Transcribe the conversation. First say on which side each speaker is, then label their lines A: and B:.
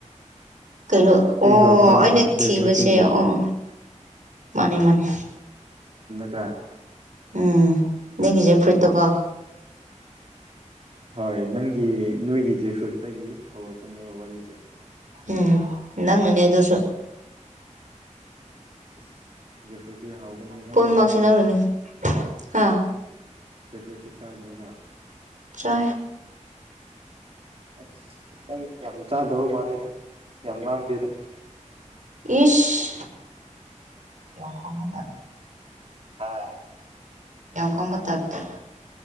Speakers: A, on the right; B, on the right.
A: ꯀꯩꯅꯩꯅ ꯑꯣ
B: ꯍꯧꯔꯛꯄꯅꯦ
A: ꯑꯩꯅ
B: ꯖꯦꯛ
A: ꯊꯤꯕꯁ
B: ꯐ꯭ꯔꯨꯏꯠꯇꯒꯤ
A: ꯑꯣ ꯃꯥꯅꯦ ꯃꯅꯦ
B: ꯀꯨꯠꯇ
A: ꯎꯝ ꯅꯪꯒꯤꯁꯦ ꯐꯨꯔꯤꯏꯠꯇꯣꯀꯣ
B: ꯍꯣꯏ ꯅꯪꯒꯤ ꯅꯣꯏꯒꯤ ꯖꯦ ꯐ꯭ꯔꯨꯠꯇꯒꯤ ꯍꯧꯔꯛꯄꯅꯦꯕ ꯋꯥꯔꯤꯁꯦ
A: ꯎꯝ ꯏꯪꯅꯤ ꯅꯩꯅꯗꯣꯁꯨ
B: ꯏꯁꯁ ꯖꯦꯐꯨꯁꯦ ꯍꯥꯎꯕꯅꯤꯍ ꯅꯪꯒꯤ
A: ꯄꯨꯝꯅꯃꯛꯁꯦ
B: ꯆꯥꯗ꯭ꯔꯣ
A: ꯅꯪꯅꯅꯦ ꯍꯥ
B: ꯆꯐꯁ ꯆꯥꯗ꯭ꯔꯣꯕ
A: ꯆ
B: <unintelligible> ꯅꯪ ꯌꯥꯝ ꯆꯥꯗꯕ ꯃꯥꯂꯦꯗ ꯌꯥꯝ ꯉꯥꯡꯗꯦꯗ
A: ꯏꯁ ꯈ ꯇ
B: ꯍ
A: ꯌꯦꯀꯝꯕ ꯇꯠꯇ